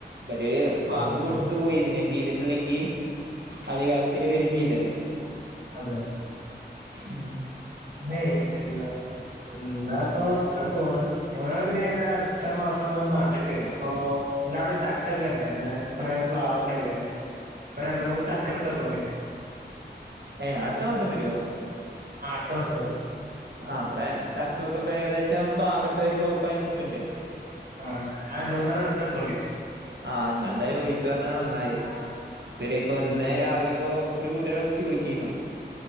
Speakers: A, on the right; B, on the right.
A: ഇര്
B: അതെ
A: വാക്ക് കൊടുത്തു പോയി. പിന്നെ ചെയ്തിട്ട് ല്ലെങ്കി അധികാരത്തില് വരും ചെയ്തില്ലേ?
B: അതെ
A: ഉം
B: പിന്നെയ് എന്താ എന്താപ്പോങ്ങനെ പോണ് ഞങ്ങള് പിന്നെ എന്തായാല അടുത്ത മാസം ഞ നാട്ക്ക് അപ്പൊ അല്ല അവിടെ ചക്കൊക്കെല്ലെ കൊറേ പ്ലാവൊക്കെല്ലെല്ലേ ഇപ്പൊ രണ്ട് മൂന്ന് ചക്കട്ത്തെക്കോണ്ടി
A: ഏഹ് അടുത്ത മാസം വരുവോ
B: ആഹ് അട്ത്ത മാസം വരും
A: ആഹ് ബടെ ചക്കൊക്കെ ഇപ്പോ ഏകദേശം ഭാഗതോര് പൗപ്പായി നിക്ക്ണ്ട്
B: ആഹ് രണ്ടുമൂന്നാല്ണ്ണ എടുത്തക്കോണ്ടി
A: ആഹ് ങ്ങളെന്തായാലും വിളിച്ചു പറഞ്ഞത് നന്നായി ഇവര് ഇപ്പോ ന്ന് രാവിലെ ഇപ്പോ ഒരു കൂട്ടർ വന്ന് ചോദിച്ചിന്നു